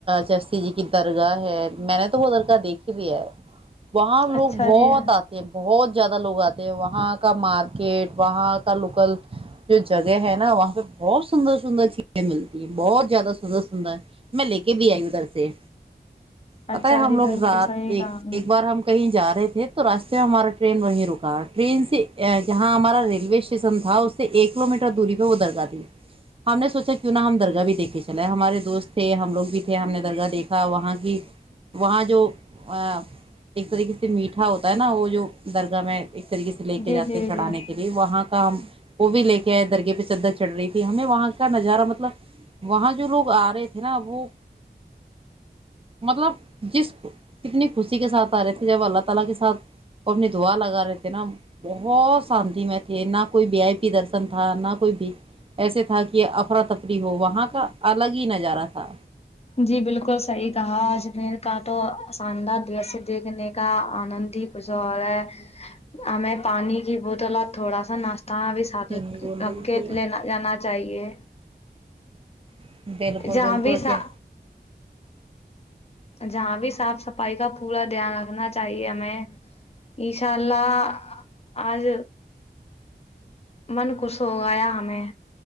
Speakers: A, on the right (about 30°); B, on the left (about 35°).
A: جیسے کی درگاہ ہے میں نے تو وہ درگاہ دیکھی بھی ہے وہاں لوگ
B: اچھا
A: بہت
B: جی
A: اتا بہت زیادہ لوگ آتے ہیں وہاں کا مارکیٹ وہاں کا لوکل جو جگہ ہے نہ وہاں پہ بہت سندر سندر چیزیں ملتی ہیں بہت زیادہ سندر سندر میں لے کے بھی آئی ادھر سے پتا
B: اچھا
A: ہے ہم
B: جی
A: لوگ
B: بالکل
A: رات
B: صحیح
A: ایک
B: کہا آپ نے
A: ایک بار ہم کہیں جا رہے تھے تو راستے میں ہمارا ٹرین وہیں روکا ٹرین سے جہاں ہمارا ریلوے اسٹیشن تھا اس کہ ایک کلو میٹر دوری پہ وہ درگاہ تھی ہم نے سوچا کیوں نہا ہم درگاہ بھی دیکھ کے چلے ہمارے دوست تھے ہم لوگ بھی تھے ہم نے درگاہ دیکھا وہاں کی وہاں جو ایک طریقے سے میٹھا ہوتا ہے نہ وہ جو درگاہ میں ایک طریقے سے لے
B: جی
A: کے جاتے
B: جی
A: ہیں چڑھانے
B: جی
A: کے لیے وہاں کا ہم وہ بھی لے کے آئے درگہ پہ چدر چڑھ ہمیں وہاں کا نظارہ مطلب وہاں جو لوگ آ رہے تھے نہ وہ مطلب جس کتنے کرسی کے ساتھ ا رہے تھے جب اللہ تعالی کے ساتھ وہ اپنی دا لگا رہے تھے نا بہت شانتی میں تھے نہ کوئی بی آئی پی درشن تھا نہ کوئی بھی ایسے تھا کہ افرا تفری ہو وہاں کا الگ ہی نظارہ تھا
B: جی بالکل صحیح کہا اجمیر کا تو آاندار درس دیکھنے کا آنند ہی کشال ہے ہ میں پانی کی بوتل اور تھوڑا سا ناشتہ ا بھی ساتھ
A: ہندی بول
B: رکھ
A: رہی
B: کے
A: تھی
B: لینا جانا چاہیے
A: اور بالکل
B: جہاں
A: بالکل
B: بھی سا
A: کہ
B: جہاں بھی صاف صفائی کا پورا دھیان رکھنا چاہیے ہمیں ایشاء اللہ آج من خوش ہو گیا ہمیں